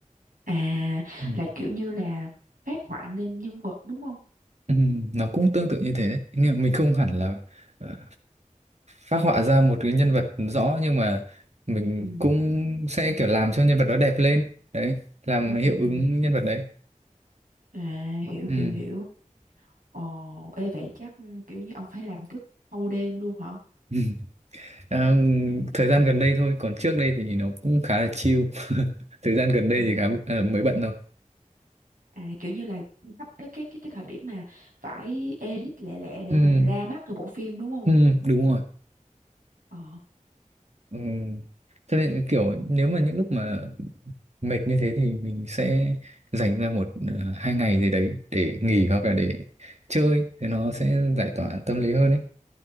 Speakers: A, on the right; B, on the right.
A: à
B: Ừ.
A: là kiểu như là phát họa lên nhân vật đúng không?
B: Ừm, nó cũng tương tự như thế đấy nhưng mà mình không hẳn là ờ, phác họa ra một cái nhân vật rõ nhưng mà mình
A: Ừ, ừ,
B: cũng sẽ kiểu làm cho nhân vật đó đẹp lên đấy làm
A: ừ,
B: hiệu
A: ừ,
B: ứng
A: ừ.
B: nhân vật đấy
A: À, hiểu
B: Ừm.
A: hiểu hiểu. Ồ, ê vậy chắc kiểu như ông phải làm thức thâu đêm luôn hả?
B: <laughs> Ờ, thời gian gần đây thôi còn trước đây thì nó cũng khá là chill <laughs> thời gian gần đây
A: Ừ.
B: thì khá ờ, mới bận thôi
A: À, kiểu như là sắp tới cái cái cái thời điểm mà phải edit lẹ lẹ để
B: Ừm,
A: mà ra mắt cái bộ phim đúng không?
B: ừm, đúng rồi
A: Ờ.
B: Ừm. cho nên kiểu nếu mà những lúc mà mệt như thế thì mình sẽ dành ra một ờ, hai ngày gì đấy để nghỉ hoặc
A: Ừ.
B: là để chơi thì nó sẽ giải tỏa tâm lý hơn ấy